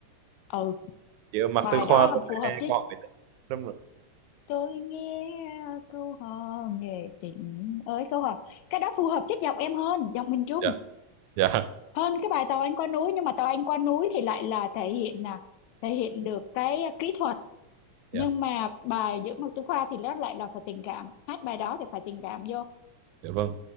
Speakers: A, on the left (about 80°); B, on the right (about 85°).
A: ừ
B: chị ở mặt
A: bài
B: tư khoa
A: đó hợp-
B: tôi
A: phù hợp
B: nghe
A: với
B: câu hò nghệ tính đúng rồi
A: tôi nghe câu hò nghệ tình ơi câu hò cái đó phù hợp chất giọng em hơn giọng miền Trung
B: dạ dạ
A: hơn cái bài tàu anh qua núi nhưng mà tàu anh qua núi thì lại là thể hiện là thể hiện được cái kỹ thuật
B: dạ
A: nhưng mà bài giữa một tú khoa thì nó lại là phải tình cảm hát bài đó thì phải tình cảm vô
B: dạ vâng